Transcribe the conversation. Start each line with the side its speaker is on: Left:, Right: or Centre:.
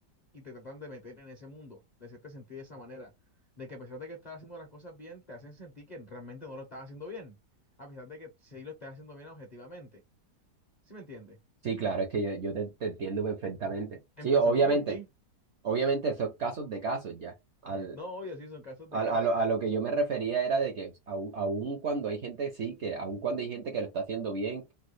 Left: y te tratan de meter en ese mundo, de hacerte sentir de esa manera, de que a pesar de que estás haciendo las cosas bien, te hacen sentir que realmente no lo estás haciendo bien, a pesar de que sí lo estás haciendo bien objetivamente. ¿Sí me entiendes?
Right: Sí, claro, es que yo, yo te, te entiendo perfectamente. Sí,
Left: Empezando
Right: obviamente,
Left: por ti.
Right: obviamente esos casos de casos ya. Al,
Left: No, obvio, sí, son casos
Right: al-
Left: de caso.
Right: a, lo, a lo que yo me refería era de que aun aun cuando hay gente, sí, que aun cuando hay gente que lo está haciendo bien